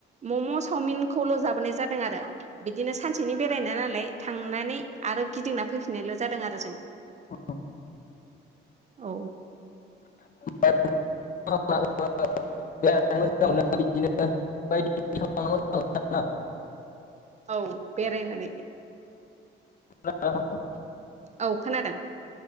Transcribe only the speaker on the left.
आ।
<unintelligible>
<unintelligible>